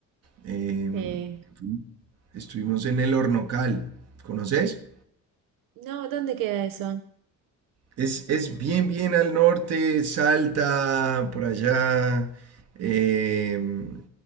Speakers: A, on the right; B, on the right.
A: eh,
B: Eh,
A: fu- estuvimos en el Hornocal, ¿conoces?
B: no, ¿dónde queda eso?
A: Es, es bien, bien al norte, Salta, por allá. eh,